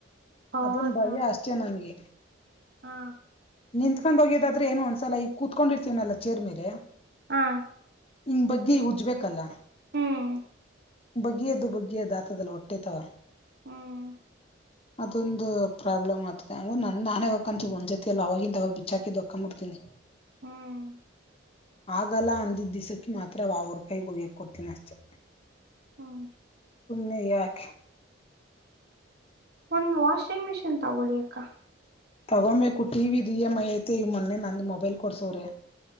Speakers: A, on the right; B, on the left.
A: ಹೌದಾ
B: ಅದೊಂದು ಭಯ ಅಷ್ಟೇ ನನ್ಗೆ.
A: ಹಾ
B: ನಿಂತ್ಕೊಂಡು ಹೋಗೆದಾದ್ರೆ ಏನು ಅನಸಲ ಈಗ ಕೂತ್ಕೊಂಡಿರ್ತಿನಿ ಅಲ್ಲ ಚೇರ್ ಮೇಲೆ.
A: ಹಾ
B: ಹಿಂಗ್ ಬಗ್ಗೆ ಉಜ್ಬೇಕಲ್ಲಾ.
A: ಹ್ಮ್
B: ಬಗ್ಗಿ ಎದ್ದು ಬಗ್ಗಿ ಎದ್ದು ಆತದಲ್ಲ ಹೊಟ್ಟೆತವ.
A: ಹ್ಮ್
B: ಅದೊಂದು ಪ್ರಾಬ್ಲಮ್ ಆತದೆ ಅಂಗ ನನ್ ನಾನೇ ಹೊಕಂತೀ ಒಂದ್ ಜತಿ ಎಲ್ಲ ಅವವಾಗಿಂದಾಗ ಬಿಚ್ಚಾಕಿದ್ಕ್ಕಂಬಿಡ್ತೀನಿ.
A: ಹ್ಮ್
B: ಆಗಲ್ಲ ಅಂದಿದ್ದ ದಿವಸಕ್ಕೆ ಮಾತ್ರ ಆ ಅವ್ರ್ ಕೈ ಹೊಗಿಯಾಕ್ಕೊಡ್ತೀನ ಅಷ್ಟೆ.
A: ಹ್ಮ
B: ಸುಮ್ನೆ ಯಾಕೆ.
A: ಒಂದ್ ವಾಷಿಂಗ್ ಮಿಷಿನ್ ತಗೊಳಿ ಅಕ್ಕ.
B: ತಗೊಂಬೇಕು ಟಿ ವಿದು ಇ ಎಂ ಐ ಐತೆ ಇ ಮೊನ್ನೆ ನಂದು ಮೊಬೈಲ್ ಕೊಡ್ಸೋವ್ರೆ.